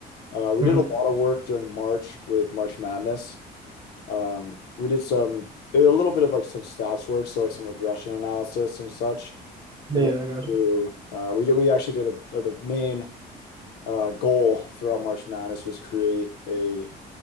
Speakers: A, on the left; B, on the right.
A: Uh, we
B: Mhm.
A: did a lot of work during March with March Madness. Um, we did some a little bit of like some stats work, so like some regression analysis and such
B: Yeah,
A: in order
B: yeah, I gotcha.
A: to uh, we did we actually did a, uh the main uh, goal throughout March Madness was create a